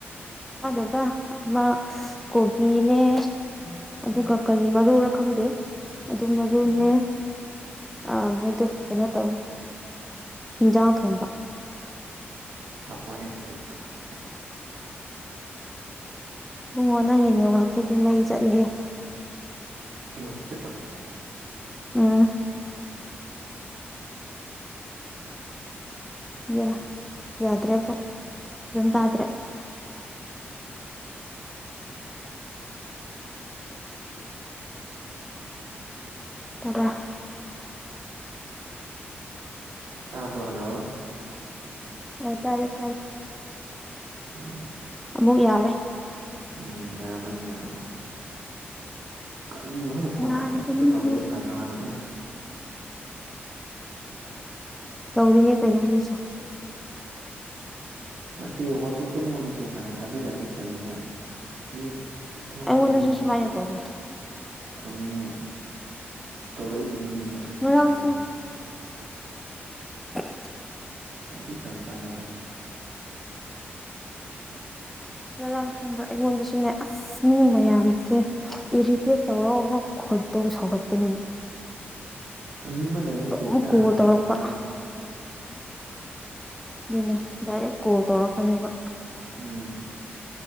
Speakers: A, in the centre; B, on the right.
A: ꯑꯒꯗ ꯑꯃ ꯀꯣꯕꯤꯅꯦ ꯑꯗꯨꯒ ꯀꯔꯤ ꯃꯔꯨꯔ ꯈꯪꯗꯦ ꯑꯗꯨꯝ ꯃꯔꯨꯅꯦ ꯑ ꯃꯣꯏꯗꯣ ꯀꯩꯅꯣ ꯇꯧ ꯍꯟꯖꯥꯡ ꯊꯣꯡꯕ
B: <unintelligible>
A: ꯅꯣꯡꯉꯣ ꯅꯪꯒꯤꯅꯦ ꯉꯇꯨꯗꯤ ꯃꯩ ꯆꯠꯂꯦ
B: ꯏ ꯇ
A: ꯎꯝ ꯌꯥ ꯌꯥꯗ꯭ꯔꯦꯕꯣ ꯑꯣꯟ ꯇꯗ꯭ꯔꯦ ꯇꯕ
B: ꯑꯕ꯭ꯔꯣ ꯍꯜꯂꯣ
A: ꯑ ꯇꯥꯔꯦ ꯊꯥꯔꯦ
B: ꯎꯝ
A: ꯑꯃꯨꯛ ꯌꯥꯔꯦ
B: ꯎꯝ ꯌꯥꯔꯝꯃꯅꯤ ꯌꯥꯔꯝꯃꯅꯤ ꯀꯔꯤꯅꯣ ꯈꯪꯗꯦ ꯐꯣꯟ
A: ꯌꯥꯔꯤꯕꯅꯤꯅꯦ
B: ꯄꯪꯇꯧꯅ ꯇꯧꯔꯦ ꯀꯅꯥꯅꯣ ꯈꯪꯗꯦ
A: ꯇꯧꯔꯤꯅꯦ ꯀꯩꯅꯣ ꯃꯤꯁꯨ
B: ꯅꯠꯇꯦ ꯋꯥꯆꯦꯞꯇꯒꯨꯝꯕ ꯃꯦꯁꯦꯖ ꯍꯥꯟꯅ ꯊꯥꯕꯤꯔꯛꯑꯗꯤ ꯐꯩꯗꯅ ꯃꯤ ꯇꯕꯛ
A: ꯑꯩꯉꯣꯟꯗꯁꯨ
B: ꯁꯤꯖꯤꯂꯂꯝꯅꯤ ꯀ
A: ꯁꯨꯃꯥꯏꯅ ꯇꯧꯔꯦ
B: ꯊꯥꯎꯅꯤꯡꯅ ꯇꯧꯔꯛꯏꯕ ꯃꯤꯗꯨ ꯑꯃꯨꯛ
A: ꯉꯔꯥꯡꯁꯨꯅꯦ
B: ꯏꯃꯥꯟꯅꯕꯅꯦ
A: <unintelligible>
B: ꯌꯥꯝ ꯊꯤ ꯐꯔꯛ ꯇꯥꯏꯌꯦꯕ
A: ꯉꯔꯥꯡ ꯈꯪꯕ ꯑꯩꯉꯣꯟꯗꯁꯨꯅꯦ ꯑꯁ ꯃꯤ ꯃꯌꯥꯝꯁꯦ ꯏꯔꯤꯇꯦꯠ ꯇꯧꯔꯒ ꯍꯣꯏꯛꯇꯕꯨ ꯁꯧꯒꯠꯄꯅꯤꯅꯤ
B: ꯍꯪꯅꯤꯡꯕ ꯂꯩꯔꯁꯨ
A: ꯑꯗꯨꯝ
B: ꯇꯦꯛꯁꯇ
A: ꯀꯣꯜ
B: ꯍꯥꯟꯅ ꯍꯪꯉꯛꯑꯗꯤ
A: ꯇꯧꯔꯛꯄ ꯑꯗꯨꯅꯦ ꯗꯥꯏꯔꯦꯛ ꯀꯣꯜ ꯇꯧꯔꯛꯀꯅꯦꯕ
B: ꯎꯝ